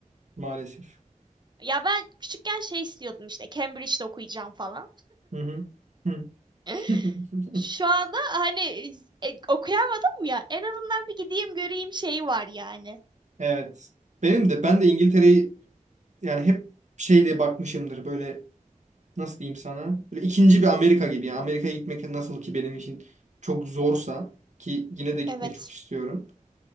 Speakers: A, on the right (about 60°); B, on the right (about 30°).
A: Maalesef.
B: Ya ben küçükken şey istiyordum işte Cambridge'de okuyacağım falan.
A: Hı hı. Hı.
B: <laughs>
A: <laughs>
B: Şu anda hani e, okuyamadım ya. En azından bir gideyim göreyim şeyi var yani.
A: Evet. Benim de ben de İngiltere'yi yani hep şey diye bakmışımdır böyle nasıl diyeyim sana? Böyle ikinci bir Amerika gibi. Yani Amerika'ya gitmek nasıl ki benim için çok zorsa ki yine de gitmek
B: Evet.
A: çok istiyorum.